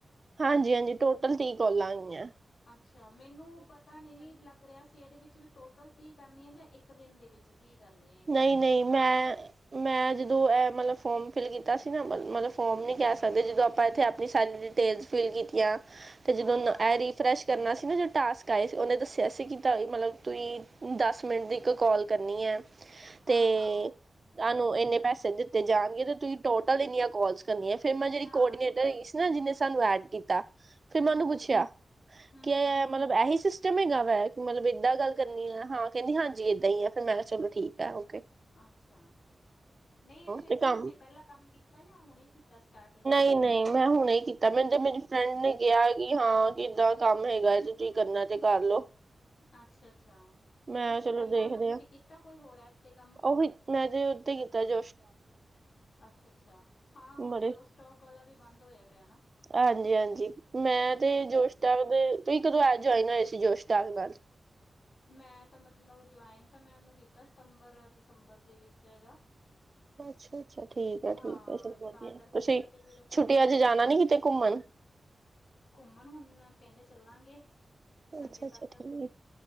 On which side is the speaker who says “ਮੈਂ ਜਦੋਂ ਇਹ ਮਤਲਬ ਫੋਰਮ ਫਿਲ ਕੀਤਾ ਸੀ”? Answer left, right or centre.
Right